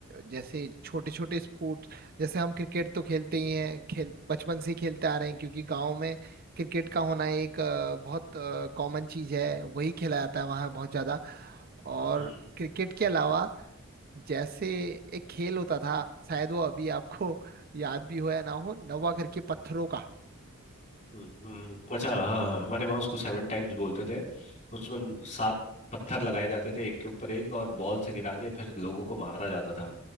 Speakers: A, on the right; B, on the left.
A: जैसे छोटे छोटे स्पोर्ट्स जैसे हम क्रिकेट तो खेलते ही हैं खेल बचपन से ही खेलते आ रहे हैं क्योंकि गांव में क्रिकेट का होना एक अ, बहुत कॉमन चीज है वही खेला जाता है वहाँ बहुत ज्यादा और
B: हैं
A: क्रिकेट के अलावा जैसे एक खेल होता था शायद वो अभी आपको याद भी हो या ना हो नवा करके पत्थरों का
B: हम्म हम्म। अच्छा हाँ हमारे वहाँ उसको सेवन टाइम्स बोलते थे उसमें सात पत्थर लगाए जाते थे एक के ऊपर एक और बॉल से गिरा के फिर लोगों को मारा जाता था